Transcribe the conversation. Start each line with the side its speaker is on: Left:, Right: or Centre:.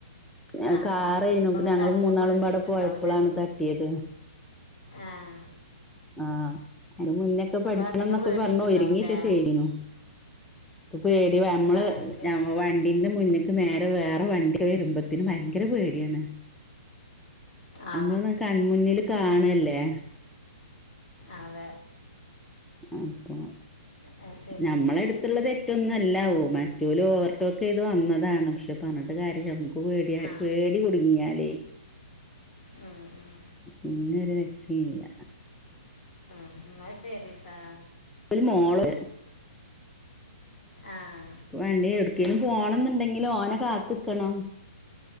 Centre: ഞ
Left: ആ
Centre: കാ <unintelligible>
Left: അപ്പം
Centre: പിന്നെഞങ്ങള്
Left: നിങ്ങൾക്ക് അധികം
Centre: മൂന്നാളുമ്പാടെ
Left: പേടിയായിട്ടുണ്ടാവും
Centre: പോയപ്പളാണ് തട്ടിയത്
Left: ആഹ
Centre: ആഹ് അതിന് മുന്നൊക്കെ പഠിച്ചണംന്നൊക്കെ
Left: അധികം പേടിയായിട്ടുണ്ടാവും
Centre: പറഞ്ഞു ഒരുങ്ങി
Left: അല്ലേ
Centre: ഒക്കെ ചെയ്തിനു ഇപ്പൊ പേടി വ നമ്മള്
Left: ആ ശരി
Centre: ഞമ്മളെവണ്ടിന്റെ മുന്ന്ക്ക് നേരെ വേറെ വണ്ടി വരുമ്പത്തിന് ഭയങ്കര പേടി ആണ്
Left: ആ
Centre: നമ്മളൊന് കൺമുന്നിൽ കാ കാണല്ലേ
Left: അതെ
Centre: അപ്പം
Left: ആ, ശരി
Centre: ഞമ്മള അടുത്തുള്ളതെറ്റൊന്നുംഅല്ല മറ്റോല്ഓവർ ടോക്ക് എയ്ത്‌ വന്നതാണ്. പക്ഷെ പറഞ്ഞിട്ട് കാര്യം ഇല്ല നമുക്ക് പേടിയ
Left: ആ ആ.
Centre: പേടി കുടുങ്ങിയാലേ
Left: ഉം, ഉം,
Centre: പിന്നെ ഒരു രക്ഷയും ഇ ല്ല
Left: എന്ന ശരിട്ടാ
Centre: ഒരു മോള്
Left: ആഹ
Centre: ഇപ്പ വേണ്ടി എവിട്ക്കേലും പോണം ന്നുണ്ടെങ്കില് ഓനെ കാത്ത്ക്കണം